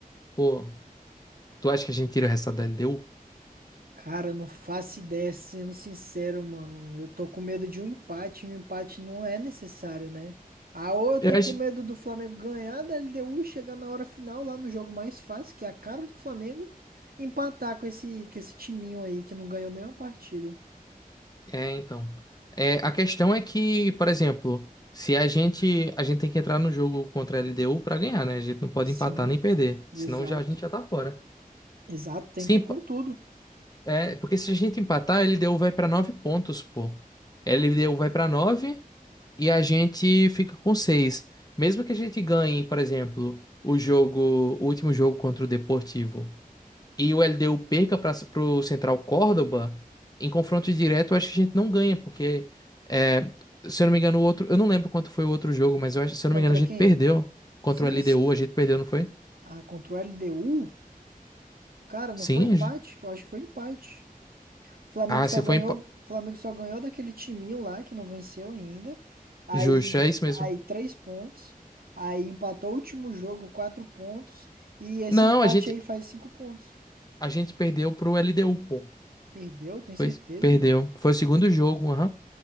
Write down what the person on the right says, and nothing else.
Cara, eu não faço ideia, sendo sincero, mano. Eu tô com medo de um empate, e um empate não é necessário, né? Ah, ou eu
tô
com medo do Flamengo ganhar da LDU, chegar na hora final lá no jogo mais fácil, que é a cara do Flamengo, empatar com esse, com esse timinho aí que não ganhou nenhuma partida.
Sim,
exato.
Exato, tem
que ir com
tudo.
Contra
quem?
Sim,
sim.
Ah, contra o LDU? Cara, não
foi empate?
Eu acho que foi empate. Flamengo
só
ganhou,
Flamengo só ganhou daquele timinho lá que não venceu ainda. Aí,
aí três pontos. Aí empatou o último jogo, quatro pontos. E esse
empate
aí faz cinco pontos.
Perdeu, tem certeza,
mano?